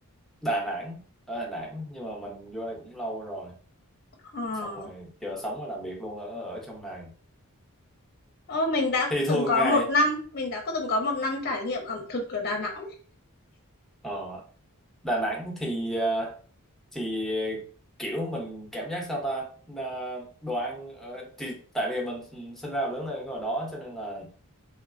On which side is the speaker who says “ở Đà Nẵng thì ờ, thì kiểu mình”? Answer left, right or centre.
Centre